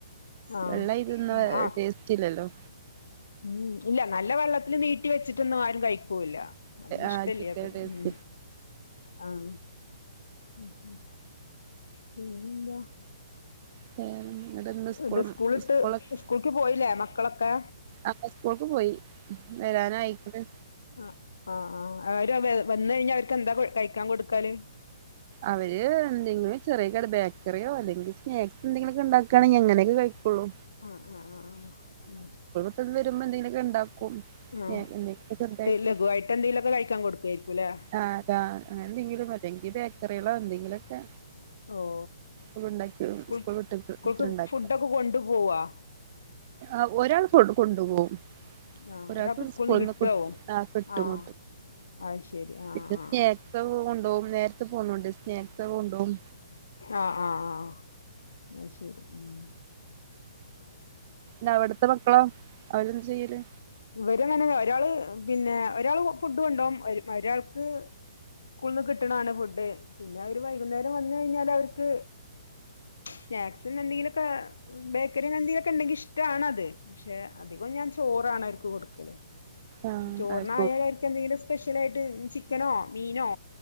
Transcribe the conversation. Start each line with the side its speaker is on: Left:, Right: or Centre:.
Left: ആഹ്
Right: വെള്ള ഇരിന്നാ
Left: ആഹ്
Right: ടേസ്റ്റില്ലല്ലോ.
Left: ഉം ഇല്ല നല്ലവെള്ളത്തില് നീട്ടി വെച്ചിട്ടൊന്നും ആരുംകഴിക്കൂല്ലാ അതൊന്നും ഇഷ്ടൃല്ലൃതെ
Right: ആ ചിക്കന് ടേസ്റ്റ്
Left: ഉം ആഹ് ഉം ഉം പിന്നെന്താ
Right: വേറെന്ത് ന്നിട്ട്ന്ന് സ്കൂളും
Left: ഇത് സ്കൂളിട്ട്
Right: സ്കൂളൊക്
Left: സ്കൂൾക്ക് പോയിലേ മക്കളൊക്കെ
Right: ആഹ് സ്കൂൾക്ക് പോയി വരാനായിക്ക്ണ്
Left: ആഹ് ആഹ് ആഹ് അവര് വൻ വന്നഴിഞ്ഞാ അവർക്കെന്താ കൊ കഴിക്കാൻ കൊടുക്കാല്
Right: അവര് എന്തെങ്കിലും ചെറിയ കടി ബേക്കറിയോ അല്ലെങ്കിൽ സ്നാക്സെന്തെങ്കിലൊക്കെണ്ടാകാണെങ്കിൽ അങ്ങനെയൊക്കെ കഴിക്കൊള്ളൂ
Left: ആഹ് ആഹ് ആഹ് ആഹ് ആഹ്ശെ
Right: ൻത് വരുമ്പോ എന്തെങ്കിലൊക്കെണ്ടാക്കും
Left: ആ
Right: ഏ എന്തെങ്കിലും ചെറുതായിട്ട്
Left: ലഘുവായിട്ട് എന്തെങ്കിലുമൊക്കെ കഴിക്കാൻ കൊടുക്കായിരിക്കുംല്ലേ ആ
Right: ആഹ് ആഹ് ങ്ങനെന്തെങ്കിലും ല്ലെങ്കിൽ ബേക്കറികളോ എന്തെങ്കിലൊക്കെ
Left: ഓ
Right: ഒന്നുണ്ടാക്കി മ്
Left: സ്കൂൾ
Right: സ്കൂൾവിട്ട്ട്ട്
Left: സ്കൂൾക്ക്
Right: ഒപ്പരണ്ടാക
Left: ഫുഡൊക്കെ കൊണ്ടു പോവാ
Right: ആഹ് ഒരാൾ കൊണ്ട് കൊണ്ടുപോകും
Left: ആ
Right: ഒരാൾക്ക്
Left: സ്കൂളിൽ
Right: സ്കൂള്ന്ന്
Left: നിന്ന് കിട്ടോ
Right: കിട്ടും ആഹ് കിട്ടും
Left: ആ അത് ശരി ആ
Right: <unintelligible>
Left: ആ
Right: വ കൊണ്ടോകും നേരത്തെ പോണോണ്ട് സ്നേക്സൊക്കെ കൊണ്ടോവും
Left: ആഹ് ആഹ് ആഹ് അഹ്ശരി ഉം
Right: നവിടെത്തെ മക്കളൊ അവരെന്ത് ചെയ്യല്
Left: ഇവരങ്ങനെന്നെ ഒരാള് പിന്നെ ഒരാൾ പു ഫുഡ് കൊണ്ടോകും ഒരാൾക്ക് സ്കൂള്ന്ന് കിട്ട്ണാണ് ഫുഡ് പിന്നെ അവര് വൈകുന്നേരം വന്നഴിഞ്ഞാലവർക്ക് സ്നാക്സിനെന്തെങ്കിലൊക്കെ ബേക്കറിനെന്തെകിലൊക്കെ ഉണ്ടെങ്കിഷ്ടാണത് പക്ഷെ അധികം ഞാൻ ചോറാണ്വർക്ക് കൊടുക്കല്
Right: ആഹ്
Left: ചോറിനായാ
Right: അവർക്കോ
Left: കെന്തെങ്കിലും സ്പെഷ്യലായിട്ട് ചിക്കനോ മീനോ